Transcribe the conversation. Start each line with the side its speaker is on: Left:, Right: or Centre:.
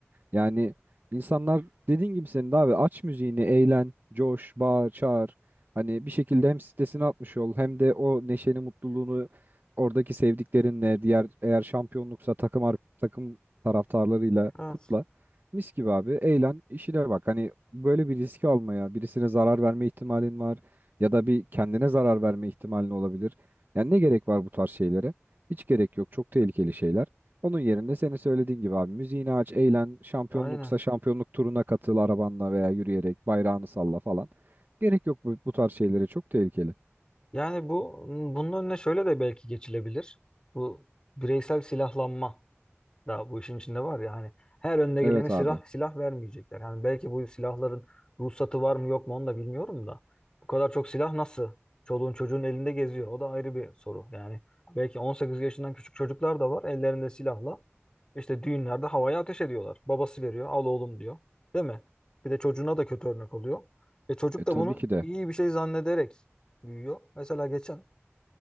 Right: Yani insanlar dediğin gibi senin de abi aç müziğini, eğlen, coş, bağır, çağır. Hani bir şekilde hem stresini atmış ol hem de o neşeni, mutluluğunu oradaki sevdiklerinle, diğer eğer şampiyonluksa takım ar- takım taraftarlarıyla
Left: Evet.
Right: kutla. Mis gibi abi eğlen, işine bak. Hani böyle bir riski almaya, birisine zarar verme ihtimalin var ya da bir kendine zarar verme ihtimalin olabilir. Yani ne gerek var bu tarz şeylere? Hiç gerek yok. Çok tehlikeli şeyler. Onun yerine senin söylediğin gibi abi müziğini aç, eğlen, şampiyonluksa
Left: Aynen.
Right: şampiyonluk turuna katıl arabanla veya yürüyerek bayrağını salla falan. Gerek yok bu, bu tarz şeylere çok tehlikeli.
Left: Yani bu bunun önüne şöyle de belki geçilebilir. Bu bireysel silahlanma. Daha bu işin içinde var ya hani her önüne
Right: Evet
Left: gelene silah
Right: abi.
Left: silah vermeyecekler. Yani belki bu silahların ruhsatı var mı yok mu onu da bilmiyorum da. Bu kadar çok silah nasıl? Çoluğun çocuğun elinde geziyor. O da ayrı bir soru. Yani belki 18 yaşından küçük çocuklar da var ellerinde silahla. işte düğünlerde havaya ateş ediyorlar. Babası veriyor, al oğlum diyor. Değil mi? Bir de çocuğuna da kötü örnek oluyor. ve çocuk
Right: E tabii
Left: da bunu
Right: ki de.
Left: iyi bir şey zannederek büyüyor. Mesela geçen